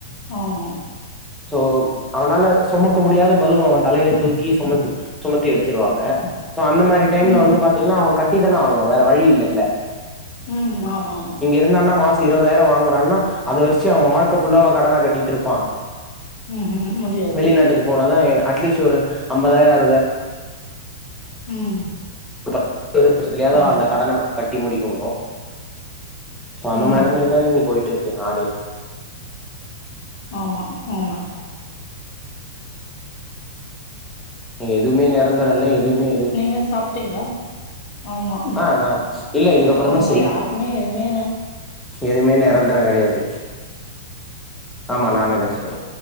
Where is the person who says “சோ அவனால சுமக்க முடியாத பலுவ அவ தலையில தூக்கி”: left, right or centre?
Centre